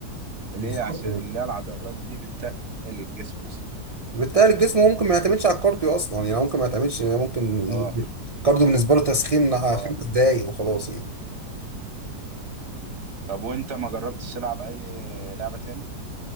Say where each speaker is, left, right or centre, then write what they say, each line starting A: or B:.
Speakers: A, on the right (about 65°); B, on the right (about 40°).
A: ليه
B: بالظبط
A: عشان اللي هي العضلات دي بتتقل الجسم اصلا
B: بالتالي الجسم هو ممكن ما يعتمدش على الكارديو اصلا يعني هو ممكن ما يعتمدش يعني ممكن ي-
A: اه
B: الكارديو بالنسبه له تسخين ع-
A: اه
B: خمس دقايق وخلاص يعني
A: طب وانت ما جربتش تلعب اي لعبه تاني